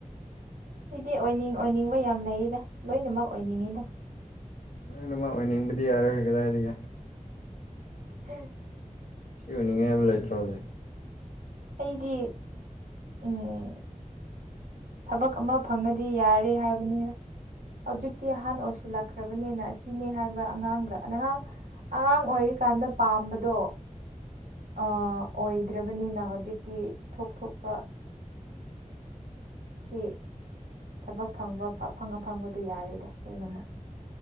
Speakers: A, on the right; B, on the left.
A: ꯁꯤꯗꯤ ꯑꯣꯏꯅꯤꯡ ꯑꯣꯏꯅꯤꯡꯕ ꯌꯥꯝ ꯂꯩꯌꯦꯗ ꯂꯣꯏꯅꯃꯛ ꯑꯣꯏꯅꯤꯡꯉꯤꯗ
B: ꯅꯣꯏꯅꯃ ꯑꯣꯏꯅꯤꯡꯕꯗꯤ ꯌꯥꯔꯔꯣꯏ ꯀꯗꯥꯏꯒ
A: ꯎꯝ
B: ꯁꯤ ꯑꯣꯏꯅꯤꯡꯉꯥꯏ ꯍꯥꯏꯕ ꯂꯩꯇ꯭ꯔꯣ ꯍꯧꯖꯤꯛ
A: ꯑꯩꯗꯤ ꯎꯝ ꯊꯕꯛ ꯑꯃ ꯐꯪꯉꯗꯤ ꯌꯥꯔꯦ ꯍꯥꯏꯕꯅꯤꯔ ꯍꯧꯖꯤꯛꯇꯤ ꯑꯍꯥꯟꯕ ꯑꯣꯏꯁꯤꯜꯂꯛꯈ꯭ꯔꯕꯅꯤꯅ ꯑꯁꯤꯅꯦ ꯍꯥꯏꯕ ꯑꯉꯥꯡꯒ ꯑꯉꯥꯡ ꯑꯉꯥꯡ ꯑꯣꯏꯔꯤꯀꯥꯟꯗ ꯄꯥꯝꯕꯗꯣ ꯑ ꯑꯣꯏꯗ꯭ꯔꯕꯅꯤꯅ ꯍꯧꯖꯤꯛꯇꯤ ꯊꯣꯛ ꯊꯣꯛꯄ ꯁꯤ ꯊꯕꯛ ꯐꯪꯕ ꯑꯐꯪ ꯑꯐꯪꯕꯗꯨ ꯌꯥꯔꯦꯗꯤ ꯂꯣꯏꯅꯃꯛ